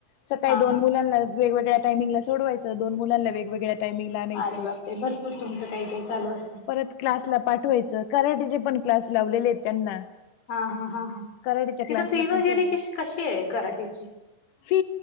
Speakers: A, on the left; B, on the left.
A: सकाळी
B: हा
A: दोन
B: हा
A: मुलांना वेगवेगळ्या टाइमिंगला सोडवायचं दोन मुलांना वेगवेगळ्या टायमिंगला आणायचं
B: अरे बापरे! भरपूर तुमचं काही काही चालू असतं.
A: परत क्लासला पाठवायचं कराटचे पण क्लास लावलेले आहेत त्यांना
B: हा हा हा हा
A: कराटेच्या
B: तिथं
A: क्लासला
B: फी
A: पण
B: वगैरे
A: सोडवा
B: क कशी आहे कराट्याची.
A: फी